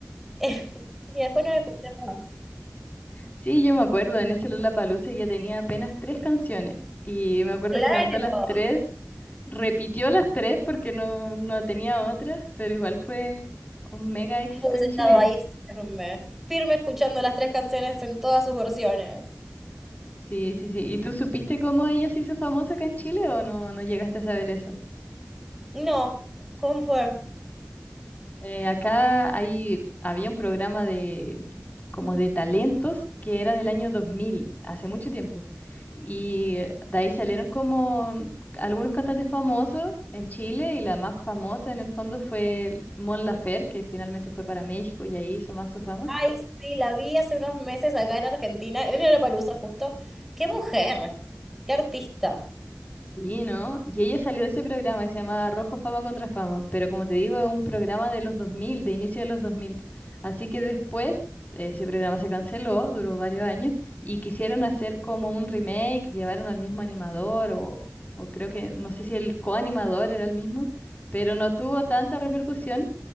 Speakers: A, in the centre; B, on the left.
A: <laughs> Y después no la escuché más.
B: Sí, yo me acuerdo, en ese Lollapalooza ya tenía apenas tres canciones y me acuerdo
A: claro.
B: que cantó las tres, repitió las tres porque no, no tenía otras, pero igual fue un mega éxito
A: Yo hubiese
B: en
A: estado
B: Chile.
A: ahí firme, firme escuchando las tres canciones en todas sus versiones.
B: Sí, sí, sí. ¿Y tú supiste cómo ella se hizo famosa acá en Chile o no, no llegaste a saber eso?
A: No, ¿cómo fue?
B: Eh, acá hay, había un programa de, como de talentos que era del año 2000, hace mucho tiempo. Y de ahí salieron como algunos cantantes famosos en Chile y la más famosa en el fondo fue Mon Laferte, que finalmente fue para México y ahí hizo más su fama.
A: Ay, sí, la vi hace unos meses acá en Argentina, en Lollapalooza justo. ¡Qué mujer! ¡Qué artista!
B: Sí, ¿no? Y ella salió de ese programa que se llamaba Rojo Fama contra Fama, pero como te digo, es un programa de los 2000, de inicio de los 2000. Así que después ese programa se canceló, duró varios años, y quisieron hacer como un remake, llevaron al mismo animador, o, o creo que, no sé si el coanimador era el mismo, pero no tuvo tanta repercusión.